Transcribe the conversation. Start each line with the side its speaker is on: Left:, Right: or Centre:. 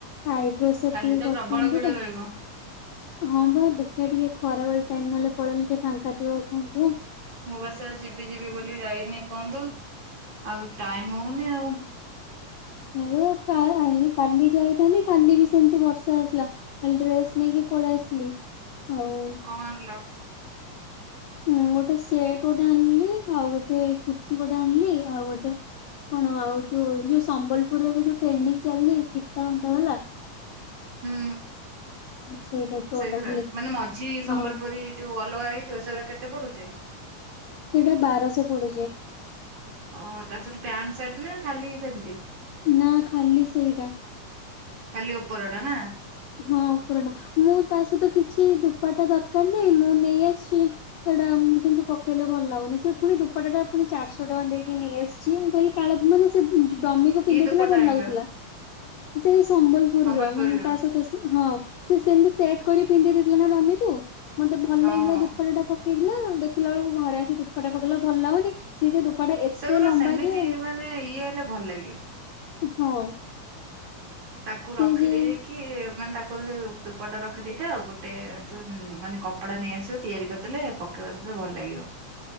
Left: ଆଇବ୍ରୋ ସେପ
Right: କାଲି
Left: ଟିକେ
Right: ତ
Left: କରିଥାନ୍ତି
Right: ପ୍ରବଳ ଭିଡ
Left: ତ।
Right: ରହିବ
Left: ହଁ ଭାଇ ଦେଖିବା ଟିକେ ଖରାବେେଳେ ଟାଇମ ନହେଲେ ପଳେଇଲେ ଟିକେ ଫାଙ୍କା ଥିବ କୁହନ୍ତୁ।
Right: ମୁଁ ବାସ ଯିବି ଯିବି ବୋଲି ଯାଇନି ଏପର୍ଯ୍ୟନ୍ତ। ଆଉ ଟାଇମ ହଉନି ଆଉ।
Left: ମୁଁ ତା କାଲି ଯାଇଥାନ୍ତି, କାଲି ବି ସେମିତି ବର୍ଷା ଆସିଲା। ଖାଲି ଡ୍ରେସ୍ ନେଇକି ପଳେଇ ଆସିଲି ଆଉ।
Right: କଣ ଆଣିଲ?
Left: ମୁଁ ଗୋଟେ ସେଟ ଗୋଟେ ଆଣିଲି। ଆଉ ଗୋଟେ କୁର୍ତ୍ତି ଗୋଟେ ଆଣିଲି। ଆଉ ଗୋଟେ କଣ ଆଉ ଯୋଉ ଯୋଉ ସମ୍ବଲପୁରରେ ବି ଯୋଉ ଟ୍ରେଣ୍ଡିଂ ଚାଲିନି ଫିତାବନ୍ଧା ବାଲା।
Right: ହୁଁ
Left: ସେଇ ଟାଇପ୍ ର ଗୋଟେ
Right: ସେଇଗୁରା,
Left: ଆଣିଲି
Right: ମାନେ ମଝି ସମ୍ବଲପୁରୀ
Left: ହଁ
Right: ଯୋଉ ଅଲଗା ହେଇଥିବ ସେଗୁରା କେତେ ପଡୁଛି?
Left: ସେଇଟା ବାରଶହ ପଡୁଛି।
Right: ଅଁ ତା ସହିତ ପ୍ୟାଣ୍ଟ ସାର୍ଟ ନା ଖାଲି ସେମିତି?
Left: ନା ଖାଲି ସେଇଟା।
Right: ଖାଲି ଉପରଟା ନା।
Left: ହଁ ଉପରଟା। ମୁଁ ତା ସହିତ କିଛି ଦୂପଟା ଦରକାର ନାହିଁ, ମୁଁ ନେଇ ଆସିଛି। ସେଇଟା ମୁ କିନ୍ତୁ ପକେଇଲେ ଭଲ ଲାଗୁନି। ସେ ପୁଣି ଦୁପଟା ଟା ପୁଣି ଚାରିଶହ ଟଙ୍କା ଦେଇକି ନେଇ ଆସିଛି। ମୁଁ କହିଲି କାଳେ ମାନେ ସେ ଜ-ଡମିକୁ
Right: କି
Left: ପିନ୍ଧେଇଥିଲା
Right: ଦୁପଟା
Left: ଭଲ
Right: ଆଣିଲ?
Left: ଲାଗୁଥିଲା। ସେଇ ସମ୍ବଲପୁରର
Right: ସମ୍ବଲପୁରୀର
Left: ମାନେ ତା ସହିତ ତ ସେ, ହଁ ସେ ସେମିତି ସେଟ କରି ପିନ୍ଧି ଦେଇଥିଲା ନା ଡମିକୁ, ମତେ ଭଲ
Right: ଓହୋ
Left: ଲାଗିଲା ଦୋପଟାଟା ପ ପିନ୍ଧିଲା, ଦେଖିଲାବେଳକୁ ଘରେ ଆସି ଦୁଫଟା ପକେଇଲା ଭଲ ଲାଗୁନି ସିଏ ଯେ ଦୂପାଟା ଏତେ
Right: ସେଗୁରା
Left: ଲମ୍ବା
Right: ସେମିତି
Left: ଯେ,
Right: ମାନେ ଇଏ ହେଲେ ଭଲ ଲାଗେ।
Left: ହଁ।
Right: ତାକୁ ରଖି
Left: ସେ ଯେ
Right: ଦେଇକି କି ମାନେ ତାଙ୍କର ଯଉ ଦୋପଟା ରଖିଦେଇଥା, ଆଉ ଗୋଟେ ଯୋଉ ମାନେ କପଡା ନେଇଆସିବୁ ତିଆରି କରିଦେଲେ ପ କରିଦେ ଭଲ ଲାଗିବ।